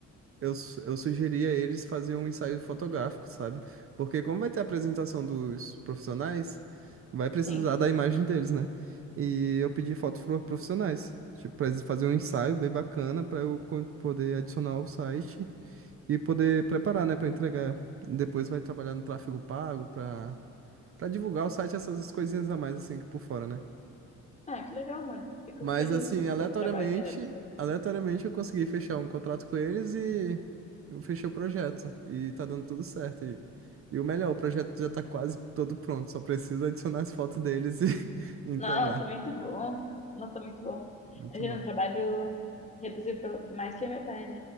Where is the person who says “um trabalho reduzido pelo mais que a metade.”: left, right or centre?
Left